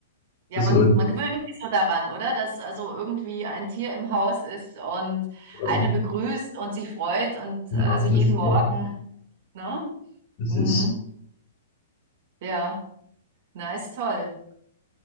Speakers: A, on the right; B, on the left.
A: Ja,
B: Das
A: man,
B: halt,
A: man gewöhnt sich so daran, oder? Dass also irgendwie ein Tier im Haus ist und
B: ähm,
A: eine begrüßt und sich freut und
B: genau,
A: äh, also jeden
B: das,
A: Morgen, ne?
B: das
A: Mhm.
B: ist.
A: Ja, nice, toll.